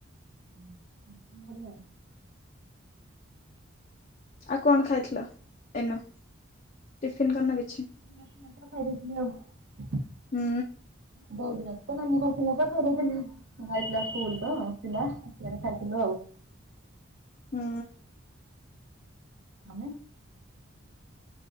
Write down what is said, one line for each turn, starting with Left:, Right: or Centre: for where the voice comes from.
Right: ହୁଁ, କଣ୍ଟିଲୋ ପଟେ ଜାଣି <unintelligible>
Left: ଆଉ କଣ ଖାଇଥିଲ ଏନ, ଟିଫିିନ କରିନ କିଛି?
Right: ଭାତଫାତ ଖାଇ ଦେଇଥିଲି ଆଉ।
Left: ହୁଁ।
Right: ବୋଉ <unintelligible> ତ ନମି କରିଥିଲା ତ ଖାଇଦେଇଥିଲି। ଉଁ ଯାଇଥିଲା ସ୍କୁଲ ତ ଆସିଲା ଆସିଲାରୁ ଖାଇଥିଲୁ ଆଉ।
Left: ହୁଁ।
Right: ଆମେ